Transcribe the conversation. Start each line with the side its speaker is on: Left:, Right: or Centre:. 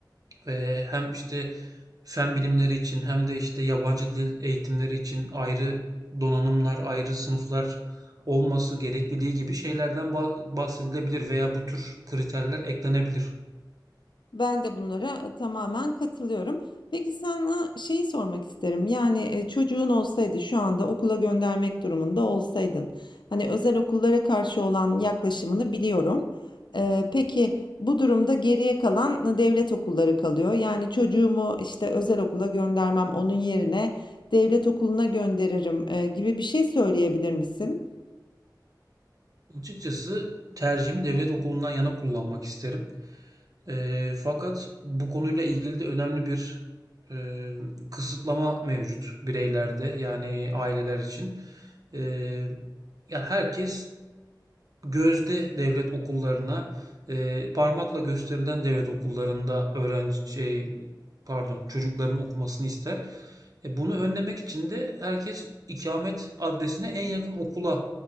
Right: Eee, hem işte fen bilimleri için hem de işte yabancı dil eğitimleri için ayrı donanımlar, ayrı sınıflar olması gerekliliği gibi şeylerden ba- bahsedilebilir veya bu tür kriterler eklenebilir.
Left: Ben de bunlara e, tamamen katılıyorum. Peki sana şeyi sormak isterim. Yani e, çocuğun olsaydı şu anda okula göndermek durumunda olsaydın. Hani özel okullara karşı olan yaklaşımını biliyorum. E, peki bu durumda geriye kalan e, devlet okulları kalıyor. Yani çocuğumu işte özel okula göndermem onun yerine devlet okuluna gönderirim e, gibi bir şey söyleyebilir misin?
Right: Açıkçası tercihimi devlet okulundan yana kullanmak isterim. Eee, fakat bu konuyla ilgili de önemli bir eee, kısıtlama mevcut bireylerde yani aileler için. Eee, ya herkes gözde devlet okullarına eee, parmakla gösterilen devlet okullarında öğrenci şey pardon çocukların okumasını ister. E, bunu önlemek için de herkes ikamet adresine en yakın okula